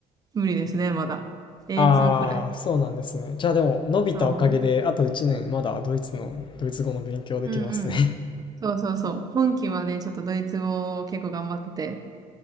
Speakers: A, on the right (about 30°); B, on the left (about 35°).
A: 無理ですね、まだ。A2
B: ああー、
A: くらい。
B: そうなんですね。じゃあでも伸びたおかげであと1年まだドイツの、
A: そ
B: ドイツ語の勉強できますね。
A: う。うんうん。そうそうそう。本期はね、ちょっとドイツ語を結構頑張ってて、